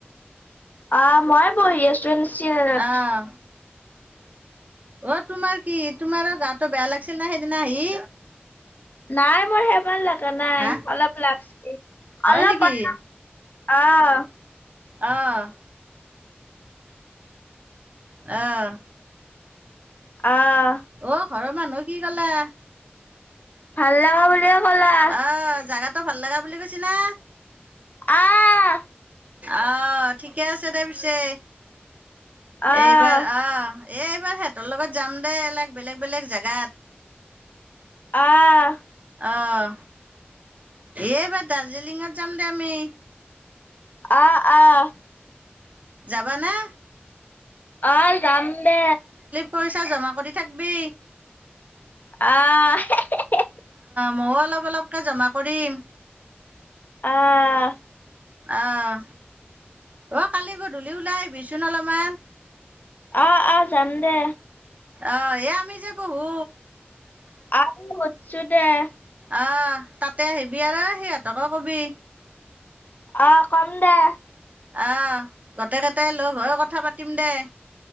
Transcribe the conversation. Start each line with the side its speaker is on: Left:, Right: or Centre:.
Left: অহ মই বহি আছোঁ চিয়াৰত
Right: অঁ অ তোমাৰ কি তোমা ৰ গাটো বেয়া লাগছিল না সেইদিনা আহি।
Left: নাই মোৰ সে ভাল লগা নাই
Right: হা
Left: অলপ লাগ
Right: হয়
Left: অলপ
Right: নেকি
Left: অপ অহ
Right: অঁ অহ
Left: অহ
Right: অ ঘৰত মানুহে কি ক'লে
Left: ভাল লগা বুলিয়ে ক'লা
Right: অ জাগাটো ভাল লগা বুলি কৈছে না।
Left: আহ
Right: আহ ঠিকে আছে দে পিছে
Left: আহ
Right: এইবাৰ আহ এই এইবাৰ হত তেৰ লগত যাম দে এলেক বেলেগ বেলেগ জেগাত।
Left: আহ
Right: অঁ এইবাৰ দাৰ্জিলিঙত যাম দে আমি
Left: আহ আহ
Right: যাবা নে
Left: অ যাম দে
Right: পইচা জমা কৰি থাকবি
Left: অহ হে হে হে
Right: ময়ো অলপ অলপকে জমা কৰিম
Left: আহ
Right: অঁ অঁ কালি গধূলি ওলাই আহিবিচোন অলপমান
Left: আহ আহ যাম দে
Right: অহ এয়া আমি যে বহু
Left: আৰু হছো দে
Right: আহ তাতে আহিবি আৰু সিহঁতকে কবি
Left: অ কম দে
Right: আহ গোটেইকেইটাই লগ হৈ কথা পাতিম দে